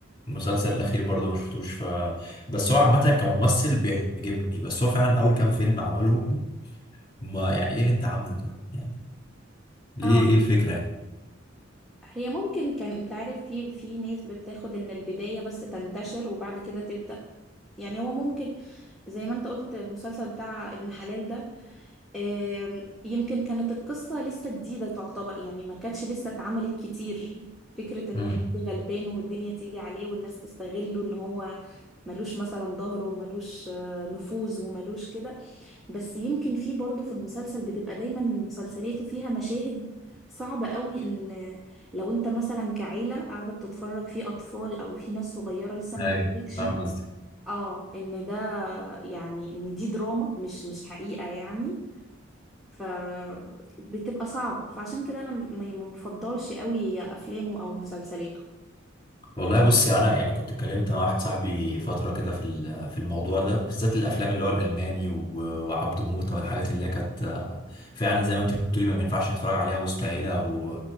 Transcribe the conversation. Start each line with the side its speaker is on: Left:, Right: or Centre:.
Left: المسلسل الأخير برضو ما شفتوش ف بس هو عامة كممثل بيعجبني بس هو فعلا أول كام فيلم عملهم ما يعني إيه اللي أنت عامله ده يعني ليه
Centre: اه
Left: إيه الفكرة يعني
Centre: هي ممكن كان انت عارف في في ناس بتاخد ان البداية بس تنتشر وبعد كده تبدأ يعني هو ممكن زي ما انت قلت المسلسل بتاع ابن حلال ده آم، يمكن كانت القصة لسه جديدة تعتبر يعني ما كانتش لسه اتعملت كتير فكرة ان
Left: امم
Centre: حد غلبان والدنيا تيجي عليه والناس تستغله ان هو ملوش مثلا ظهر وملوش آه، نفوذ وملوش كده بس يمكن في برضه في المسلسل بتبقى دايما مسلسلاته فيها مشاهد صعبة قوي ان لو انت مثلا كعيلة قاعدة بتتفرج في اطفال او في ناس صغيرة لسه ما
Left: ايوه
Centre: تدركش
Left: فاهم قصدي
Centre: اه ان ده يعني ان دي دراما مش مش حقيقة يعني فبتبقى صعبة فعشان كده انا ما ما بفضلش قوي افلامه او مسلسلاته
Left: والله بصي انا يعني كنت اتكلمت مع واحد صاحبي فتره كده في ال- في الموضوع ده بالذات الافلام اللي هو الالماني و- وعبده موته والحاجات اللي هي كانت آه، فعلا زي ما انت بتقولي ما ينفعش نتفرج عليها وسط عيله او